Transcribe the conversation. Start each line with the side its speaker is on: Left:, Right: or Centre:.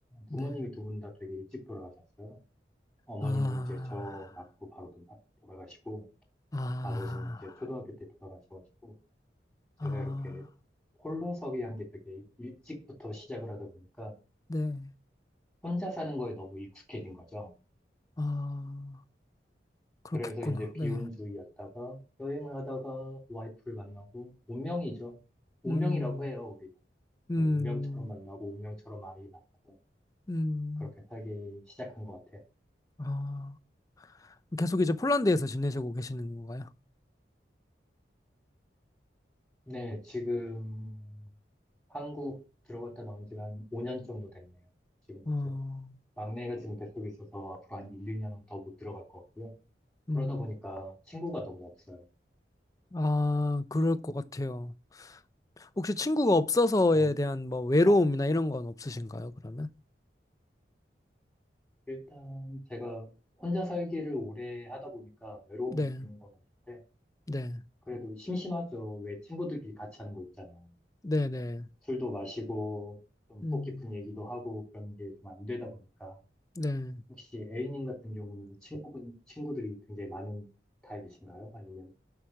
Left: 네.
Centre: 부모님이 두 분 다 되게 일찍 돌아가셨어요. 어머니는
Left: 아,
Centre: 이제 저 낳고 바로 돌아- 돌아가시고
Left: 아,
Centre: 아버지는 이제 초등학교 때 돌아가셔가지고 제가
Left: 아,
Centre: 이렇게 홀로서기 한 게 되게 일찍부터 시작을 하다 보니까
Left: 네,
Centre: 혼자 사는 거에 너무 익숙해진 거죠.
Left: 아, 그렇겠구나,
Centre: 그래서 이제 비혼주의였다가
Left: 네.
Centre: 여행을 하다가 와이프를 만나고 운명이죠. 운명이라고
Left: 음,
Centre: 해요, 우리는.
Left: 음,
Centre: 네, 운명처럼 만나고 운명처럼 아이 낳고
Left: 음,
Centre: 그렇게 살기 시작한 것 같아요.
Left: 아. 계속 이제 폴란드에서 지내시고 계시는 건가요?
Centre: 네, 지금 한국 들어갔다 나온 지가 한 5년 정도 됐네요. 지금
Left: 어,
Centre: 이제 막내가 지금 뱃속에 있어서 앞으로 한 1, 2년은 더 못 들어갈 것 같고요. 그러다
Left: 음,
Centre: 보니까 친구가 너무 없어요.
Left: 아, 그럴 것 같아요. 혹시 친구가 없어서에
Centre: 뭐,
Left: 대한 뭐 외로움이나
Centre: 아,
Left: 이런 건 없으신가요, 그러면?
Centre: 일단 제가 혼자 살기를 오래 하다 보니까 외로움을
Left: 네,
Centre: 느끼는 건 없는데,
Left: 네,
Centre: 그래도 심심하죠. 왜 친구들끼리 같이 하는 거 있잖아요.
Left: 네, 네,
Centre: 술도 마시고, 좀속
Left: 음,
Centre: 깊은 얘기도 하고, 그런 게 좀 안 되다 보니까.
Left: 네,
Centre: 혹시 A님 같은 경우는 친구분, 친구들이 굉장히 많은 타입이신가요? 아니면